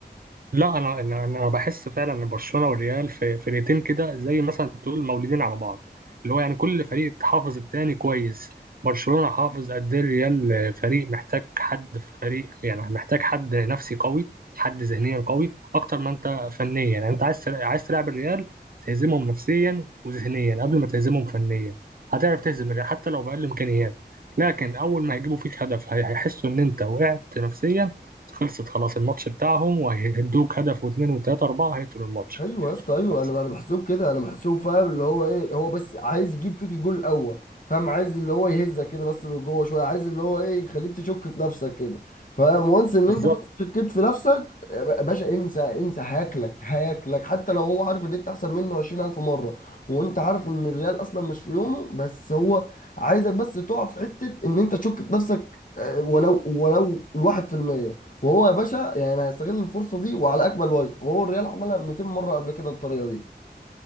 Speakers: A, on the right (about 55°); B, on the left (about 50°).
A: لا انا انا أنا بحس فعلا ان برشلونه والريال في فرقتين كده زي مثلا تقول مولودين على بعض اللي هو يعني كل فريق حافظ التاني كويس برشلونه حافظ قد ايه الريال فريق محتاج حد فريق يعني محتاج حد نفسي قوي حد ذهنيا قوي اكتر ما انت فنيا يعني انت عايز تلع- عايز تلعب الريال تهزمهم نفسيا وذهنيا قبل ما تهزمهم فنيا هتعرف تهزم الريال حتى لو باقل امكانيات لكن اول ما هيجيبوا فيك هدف هي- هيحسوا ان انت وقعت نفسيا خلصت خلاص الماتش بتاعهم وهيدوك هدف واثنين وثلاثة أربعة هيقتلوا الماتش
B: ايوه يا اسطى ايوه
A: بس
B: انا انا بحسوب كده انا بحسوب فاهم اللي هو ايه هو بس عايز يجيب فيك الجول الاول فاهم عايز اللي هو يهزك كده بس من جوه شويه عايز اللي هو ايه يخليك تشك في نفسك كده فاهم وانس ان
A: بالظبط
B: انت بس شكيت في نفسك يا باشا انسى انسى هياكلك هياكلك حتى لو هو عارف ان انت احسن منه 20000 مره وانت عارف ان الريال اصلا مش في يومه بس هو عايزك بس تقع في حته ان انت تشك في نفسك آه، ولو ولو الواحد في المية وهو يا باشا يعني هيستغل الفرصه دي وعلى اكمل وجه وهو الريال عملها 200 مره قبل كده الطريقه دي